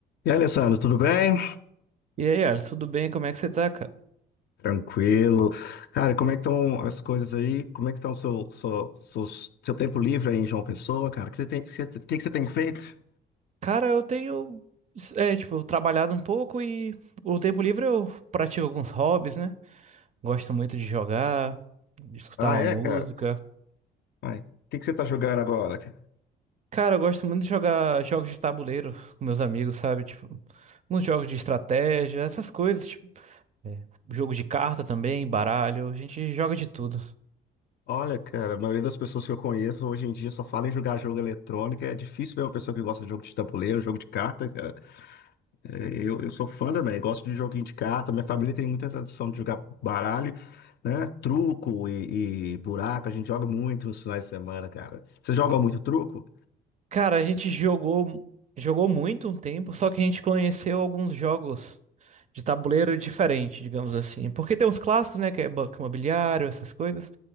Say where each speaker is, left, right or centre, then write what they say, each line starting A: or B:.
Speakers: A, on the left; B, on the right.
A: E aí, Alessandro, tudo bem?
B: E aí, Ars, tudo bem? Como é que você tá, cara?
A: Tranquilo. Cara, como é que estão as coisas aí? Como é que está o seu, seu, seus- seu tempo livre aí em João Pessoa, cara? O que você tem, que você- que que você tem feito?
B: Cara, eu tenho, é, tipo, trabalhado um pouco e o tempo livre eu pratico alguns hobbies, né? Gosto muito de jogar, de escutar
A: Ah,
B: uma
A: é,
B: música.
A: cara? Ai, o que que você tá jogando agora, cara?
B: Cara, eu gosto muito de jogar jogos de tabuleiro com meus amigos, sabe? Tipo, uns jogos de estratégia, essas coisas, tipo, é, jogo de carta também, baralho, a gente joga de tudo.
A: Olha, cara, a maioria das pessoas que eu conheço hoje em dia só fala em jogar jogo eletrônico. É difícil ver uma pessoa que gosta de jogo de tabuleiro, jogo de carta, cara. É, Eu, eu sou fã também, gosto de joguinho de carta. Minha família tem muita tradição de jogar baralho, né? Truco e, e buraco, a gente joga muito nos finais de semana, cara. Você joga muito truco?
B: Cara, a gente jogou, jogou muito um tempo, só que a gente conheceu alguns jogos de tabuleiro diferente, digamos assim. Porque tem uns clássicos, né, que é Banco Imobiliário, essas coisas.